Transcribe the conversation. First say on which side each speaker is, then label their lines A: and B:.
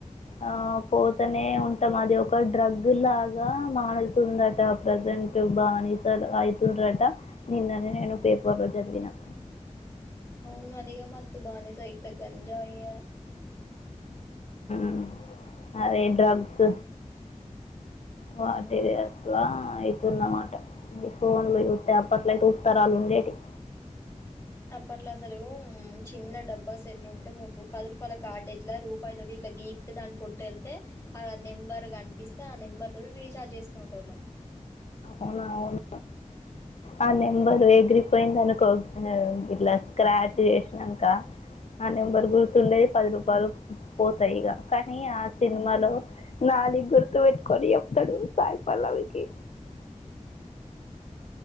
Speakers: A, on the left (about 60°); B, on the left (about 20°).
A: ఆ పోతనే ఉంటాం. అది ఒక డ్రగ్ లాగా మాారుతుందట ప్రజెంట్. బానిసలు అయితుంద్రట నిన్ననే నేను పేపర్ లో చదివినా
B: అవును అదిగా మత్తు బానిసైతె గంజాయి
A: మ్ అదే డ్రగ్స్ వాటిది
B: మ్మ్.
A: ఎట్లా ఇది న్నమాట ఫోన్ లో చూస్తతే అప్పట్లయితే ఉత్తరాలు ఉండేటివి.
B: అప్పట్లో అసలు చిన్న డబ్బా సెల్లు ఉంటే ముప్పు పది రూపాయల కార్డు ఇట్లా రూపాయి తోటి ఇట్లా గీక్ దాని పొట్టు వెళ్తే ఆ నెంబర్ కనిపిస్తే ఆ నంబర్ నంబర్ తో రీచార్జ్ చేసుకునేటోళ్ళం
A: అవున అవును ఆ నెంబర్ ఎగిరిపోయింది అనుకో ఇట్లా స్క్రాచ్ చేసినాక ఆ నెంబర్ గుర్తుండేది పది రూపాయలు పోతాయిగా కానీ ఆ సినిమాలో నాని గుర్తు పెట్టుకొని చెప్తాడు సాయిపల్లవికి.